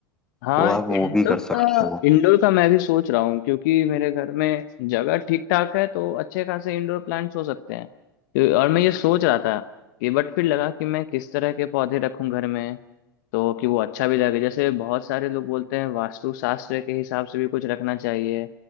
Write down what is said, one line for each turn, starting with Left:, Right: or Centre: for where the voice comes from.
Left: हाँ
Centre: तो आप वो
Left: इंडोर
Centre: भी कर सकते
Left: का
Centre: हो
Left: इंडोर का मैं भी सोच रहा हूँ क्योंकि मेरे घर में जगह ठीक ठाक है तो अच्छे खासे इंडोर प्लांट्स हो सकते हैं तो- और मैं ये सोच रहा था कि बट फिर लगा कि मैं किस तरह के पौधे रखूं घर में तो कि वो अच्छा भी लगे जैसे बहुत सारे लोग बोलते हैं वास्तु शास्त्र के हिसाब से भी कुछ रखना चाहिए